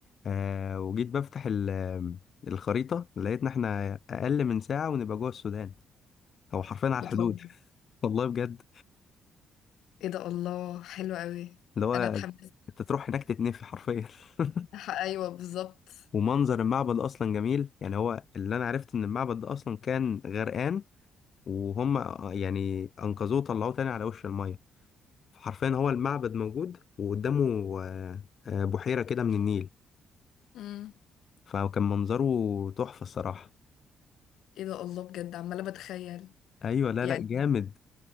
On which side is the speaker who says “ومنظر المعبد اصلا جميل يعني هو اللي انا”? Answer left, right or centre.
Left